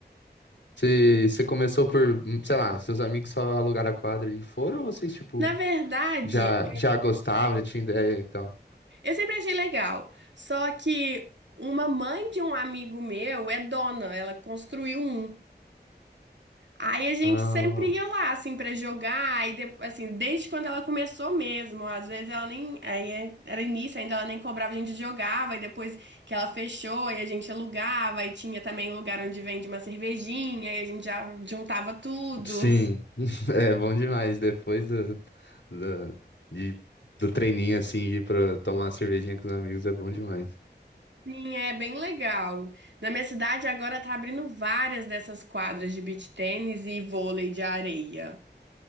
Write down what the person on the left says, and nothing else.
você você começou por, sei lá, seus amigos só alugaram a quadra e foram ou vocês, tipo,
já, já gostavam, já tinha ideia e tal?
Ah,
Sim, <laughs> é bom demais. Depois do, do, de- do treininho, assim, ir pra tomar uma cervejinha com os amigos é bom demais.